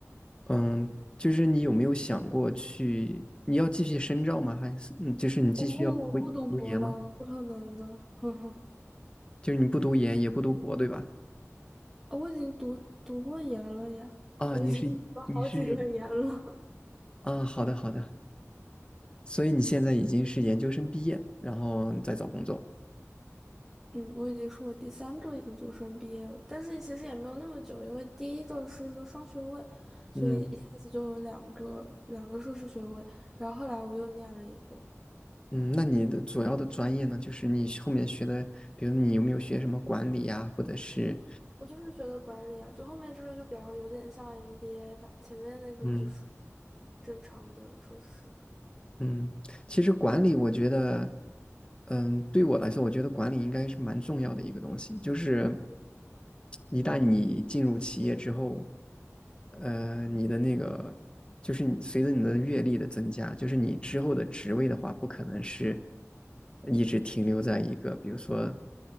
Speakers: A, on the left (about 20°); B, in the centre.
A: 嗯，就是你有没有想过去？你要继续深造吗？还是嗯，就是你继续要读读研吗？
B: 我不我不读博了，我不可能的，<laughs> 呵呵。
A: 就是你不读研也不读博，对吧？
B: 我已经读读过研了呀，
A: 啊，
B: 我已经
A: 你是你是
B: <laughs> 读了好几轮研了。
A: 啊，好的好的。所以你现在已经是研究生毕业，然后再找工作。
B: <laughs> 嗯，我已经是我第三个研究生毕业了，但是其实也没有那么久，因为第一个是个双学位，所以一下子就有两个两个硕士学位，
A: 嗯。
B: 然后后来我又念了一个。
A: 嗯，那你的主要的专业呢，就是你后面学的，比如你有没有学什么管理呀，或者是
B: 我就是学的管理啊，就后面这个就比较有点像 MBA 吧，前面那个就是
A: 嗯
B: 正常的硕士。
A: 嗯，其实管理，我觉得，嗯，对我来说，我觉得管理应该是蛮重要的一个东西。就是一旦你进入企业之后，呃，你的那个，就是你随着你的阅历的增加，就是你之后的职位的话，不可能是一直停留在一个，比如说，